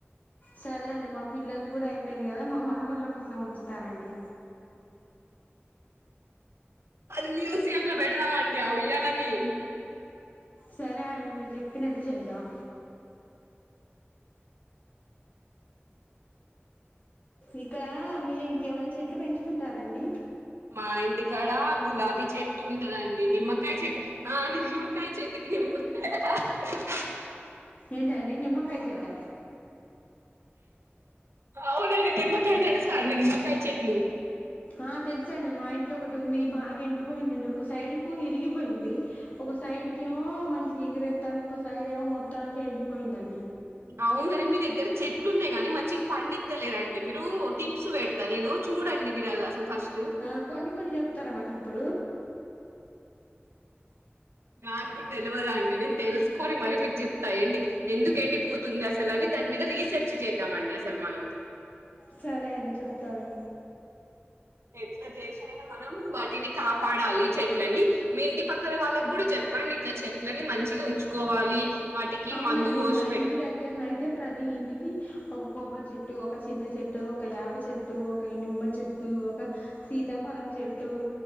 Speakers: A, on the left (about 40°); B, on the right (about 80°).
A: సరే అండి మా పిల్లలది కూడా అయిపోయింది కదా మా మనవాళ్ళ కోసం ఉంచుతానండి
B: అది మ్యూజియం ల పెడదామండి ఆ ఉయ్యాలని
A: సరే అండి మీరు చెప్పినట్టు చేద్దాం ఇక్కడ మీరు ఇంకేమైనా చెట్లు పెంచుకుంటారండి
B: మా ఇంటికాడ గులాబీ చెట్టు ఉంటదండి నిమ్మకాయ చెట్టు ఆ నిమ్మకాయ చెట్టుకి నిమ్మకాయలు కాస్తాయండి
A: ఏంటండి నిమ్మకాయ చెట్ట
B: అవునండి నిమ్మ కాయ తెలుసా అండి నిమ్మకాయ చెట్లు
A: ఆ తెలుసండి మా ఇంట్లో ఒకటి ఉంది బాగా ఎండిపోయింది అండి ఒక సైడ్ కు ఇరిగిపోయింది ఒక సైడ్ కు ఏమో మంచి ఇగురు రెత్త్తంధి ఇకో సైడ్ ఏమో మొత్తానికి ఎండిపోయింది అండి
B: అవునుగాని మీ దగ్గర చెట్లు ఉన్నాయి కాని మంచిగా పండిత్తలేరండి మీరు టిప్స్ పెడతాను నేను చూడండి మీరు అది అసలు ఫస్ట్
A: ఆ కొన్ని కొన్ని చెప్తారా మాకు ఇప్పుడు
B: నాకు కూడా తెలవదు అండి నేను తెలుసుకొని మరీ మీకు చెప్తా ఎండి ఎందుకు ఎండి పోతుంది అసలని దాని మీద రీసెర్చ్ చేద్దామండి అసలు మనం
A: సరే అండి చెప్తారు
B: ఎట్లా చేసయిన మనం వాటిని కాపాడాలి చెట్లని మీ ఇంటి పక్కన వాళ్ళకి కూడా చెప్పండి ఇట్లా చెట్లని మంచిగా ఉంచుకోవాలి వాటికి
A: అవునండి
B: మందు పోసి
A: మా
B: పెట్
A: ఇంటి దగ్గరనయితే ప్రతి ఇంటికి ఒక కొబ్బరి చెట్టు ఒక చింత చెట్టు ఒక యాప చెట్టు ఒక నిమ్మ చెట్టు ఒక సి సీతాఫలం చెట్టు